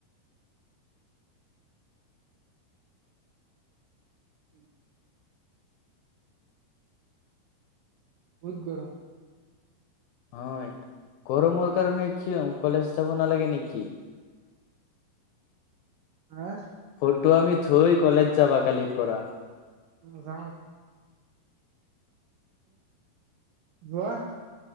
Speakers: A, on the right; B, on the left.
A: উম বহুত গৰম
B: অইত গৰমৰ কাৰণে কি অ কলেজ যাব নালাগে নেকি?
A: হা
B: তটো আমি থৈ কলেজ যাবা কালিৰ পৰা
A: উম যাও যোৱা